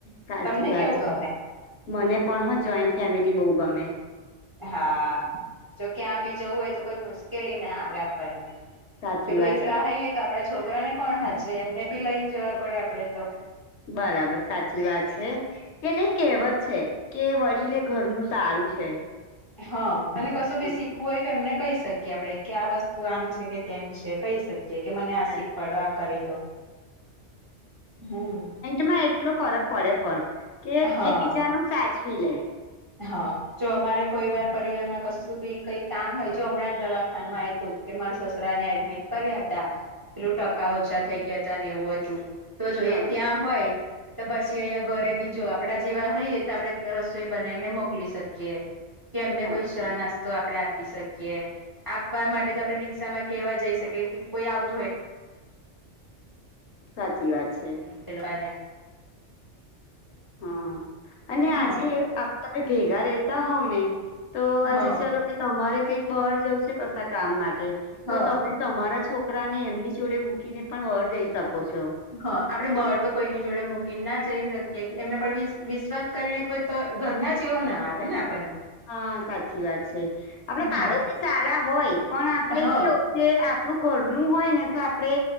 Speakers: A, on the left (about 70°); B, on the right (about 30°).
A: સાચી
B: તમને
A: વાત
B: કેવું
A: છે,
B: ગમે
A: મને પણ હો જોઈન્ટ ફેમિલી બહુ ગમે.
B: હા, જોકે આ બી જવું હોય તો કોઈ મુશ્કેલી ના આવે આપણને.
A: સાચી
B: પેલું
A: વાત
B: એકલા
A: છે
B: હઈએ તો આપડા છોકરાને પણ હાચવે એમને બી લઈને જવા પડે આપડે તો.
A: બરાબર સાચી વાત છે, એ ન કેવત છે કે વડીલે ઘરનું તારું છે.
B: હા અને કશું ભી
A: હમ
B: શીખવું હોય તો એમને કહી શકીએ આપડે કે આ વસ્તુ આમ છે કે તેમ વિશે કહી શકીએ કે મને
A: અચ્છા
B: આ શીખવાડો આ કરી દો, હમ.
A: એમાં એટલો ફરક પડે પણ કે
B: હા
A: એક બીજા ન સાચવી લે.
B: હા જો અમારે કોઈ વાર પરિવાર માં કશું બી કઈ કામ હોય, જો હમણાં જ દવાખાનું આય તો. કે મારા સસરાને એડમિટ કર્યા હતા, પેલું ટકા ઓછા થઈ ગયા હતા ને એવું હતું. તો જો
A: બરાબર
B: એ ત્યાં હોય, તો પછી અહંયા ઘરે બીજો આપડા જેવા હઈએ તો આપડે રસોઈ બનાને મોકલી શકીએ, કે એમને
A: સાચી
B: કોઈ ના તો આપડે આપી શકીએ, આપવા માટે તો આપડે રિક્ષામાં કેવા જઈ શકીએ કે કોઈ આવતું હોય.
A: સાચી વાત છે.
B: એને
A: હા, અને
B: હા
A: આજે તમે ભેગા રહેેતા હોવ ને. તો આજે
B: હા
A: ચલો કે તમારે કઈક બહાર જવું છે કશ કામ માટે, તો
B: હા
A: તમે તમારા છોકરા ને એમની જોડે મૂકીને પણ વહર જઈ શકો છો.
B: હ આપડે બહાર તો કોઈની જોડે મૂકીને ના જઈ શકીએ એમના પર વિ વિશ્વા કરીને પ ો ઘરના ના આવે ને આપણને
A: હા સાચી વાત છે, આપડે પાડોશી
B: હા
A: સારા હોય પણ આપડે
B: હા
A: કેવુ કે આપણું ઘર નું હોય ને તો આપડે